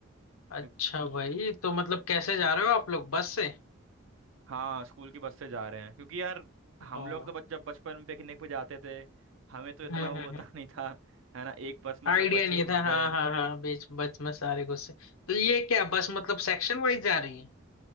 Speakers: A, on the right; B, on the left.
A: क्यों-
B: अच्छा भाई तो मतलब कैसे जा रहे हो आप लोग बस से
A: हाँ स्कूल की बस से जा रहे हैं क्योंकि यार हम
B: ओ
A: लोग तो बच, जब बचपन में पिकनिक पे जाते थे हमें तो इतना
B: हम्म
A: वो
B: हम्म
A: होता <laughs> नहीं था है ना एक बस में
B: आइडिया
A: सब बच्चे
B: नहीं
A: घुस
B: था
A: गए
B: हाँ हाँ हाँ बीच बस में सारे गुस्से तो ये क्या बस मतलब सेक्शन वाइज जा रही है